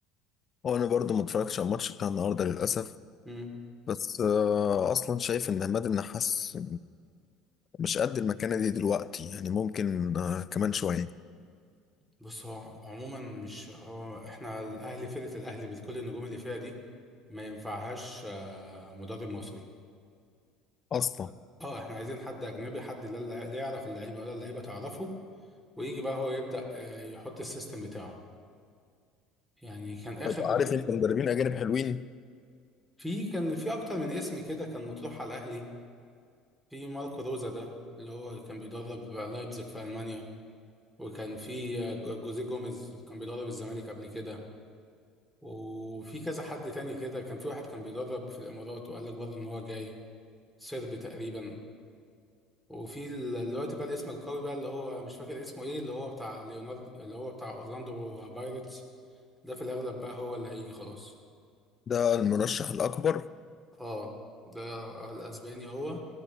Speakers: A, on the left; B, in the centre.
A: هو انا برضو ما اتفرجتش على الماتش بتاع النهارده للاسف
B: امم
A: بس آه، اصلا شايف ان عماد النحاس مش قد المكانه دي دلوقتي يعني ممكن آه، كمان شويه
B: بص هو عموما مش هو احنا الاهلي فرقه الاهلي بكل النجوم اللي فيها دي ما ينفعهاش آه، مدرب مصري
A: اصلا
B: لا. اه احنا عايزين حد اجنبي حد لا لا لا يعرف اللعيبه ولا اللعيبه تعرفه ويجي بقى هو يبدا آه، يحط السيستم بتاعه يعني كان اخر
A: طب
B: مدرب
A: عارف انت مدربين اجانب حلوين
B: في كان في اكتر من اسم كده كان مطروح على الاهلي في ماركو روزا ده اللي هو كان بيدرب لايبزيج في ألمانيا وكان في آه، جو- جوزيه جوميز كان بيدرب الزمالك قبل كده وفي كذا حد تاني كده كان في واحد كان بيدرب في الإمارات وقال لك برضه إن هو جاي سربي تقريبا وفي ال- دلوقتي بقى الاسم القوي بقى اللي هو مش فاكر اسمه إيه اللي هو بتاع ليوناردو اللي هو بتاع أورلاندو بايرتس ده في الأغلب بقى هو اللي هيجي خلاص
A: ده المرشح الاكبر
B: اه ده الأسباني هو